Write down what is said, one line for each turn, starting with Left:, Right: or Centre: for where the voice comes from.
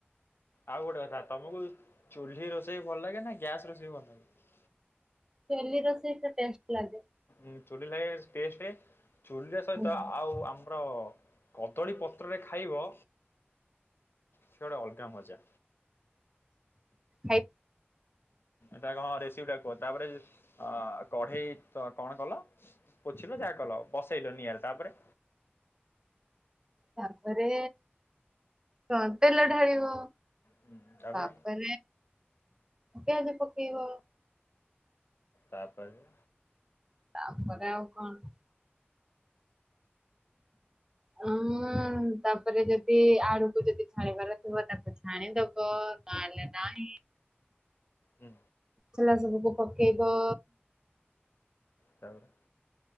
Left: ଆଉ ଗୋଟେ କଥା ତମକୁ ଚୁ୍ଲି ରୋଷେଇ ଭଲ ଲାଗେ ନା ଗ୍ୟାସ୍ ରୋଷେଇ ଭଲ ଲାଗେ
Right: ଚୁଲି ରୋଷେଇ ଟେଷ୍ଟ ଲାଗେ
Left: ଁ ଚୁଲି ଲାଗେ ଚୁଲି ସହିତ
Right: ଖାଇ
Left: ଆଉ ଆମର କଦଳୀ ପତ୍ରରେ ଖାଇବ ସେଟା ଅଲଗା ମଜା
Right: ଆାଇ
Left: ଟ ହଁ ରେସିଟା କୁହ ତାପରେ ଅ କଢେଇ କଣ କଲ ପୋଛିିଲ ଯାହା କଲ ବସେଇଲନି ଆ ତାପରେ
Right: ତାପରେ ତଣ ତେଲ ଢାଳିବ
Left: ହୁଁ ତାପରେ
Right: ତାପ ପିଜ ପକେଇବ
Left: ତାପରେ
Right: ତାପରେ ଆଉ କଣ ହଁ ତାପରେ ଯଦି ଆଡୁ ୁ ଯଦି ଛାଣିବାର ଥିବ ତାକୁ ଛାଣିଦବ ନହେଲେ ନାହିଁ
Left: ହୁଁ
Right: ଖଲା ସବୁକୁ ପକେଇବ
Left: ତାପରେ